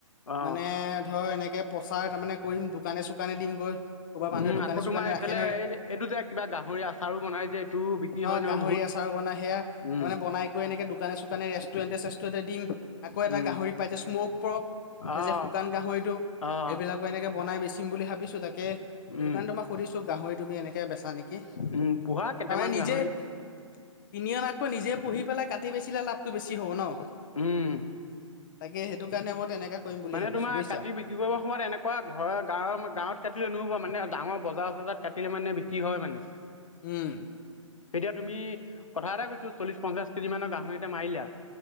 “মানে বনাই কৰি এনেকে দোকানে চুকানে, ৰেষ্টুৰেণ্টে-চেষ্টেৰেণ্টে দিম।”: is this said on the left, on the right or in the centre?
Left